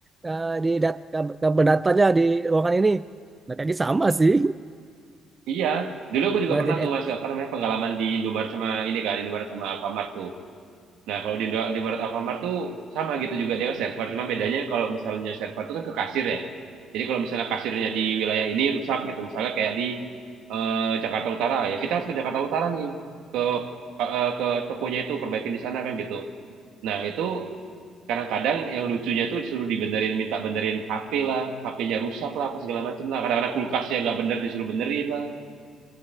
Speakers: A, on the right; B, on the right.
A: eh, di dat kab- kabel datanya di ruangan ini. Nah, kayaknya sama sih.
B: iya, dulu
A: <laughs>
B: aku juga
A: Malah
B: pernah
A: jadi
B: tuh
A: ad-
B: mas apa namanya pengalaman di Indomaret sama ini kan Indomaret sama Alfamart tuh. Nah, kalau di, Indo- di Maret Alfamart tuh sama gitu juga dia kan server, cuma bedanya kalau misalnya server tuh kan ke kasir ya. Jadi kalau misalnya kasirnya di wilayah ini rusak gitu, misalnya kayak di eh, Jakarta Utara ya, kita harus ke Jakarta Utara nih ke eh, eh, ke tokonya itu perbaikin di sana kan gitu. Nah, itu kadang-kadang yang lucunya tuh suruh dibenerin, minta benerin HP lah, HP-nya rusak lah, apa segala macem lah. Kadang-kadang kulkasnya nggak bener disuruh benerin lah.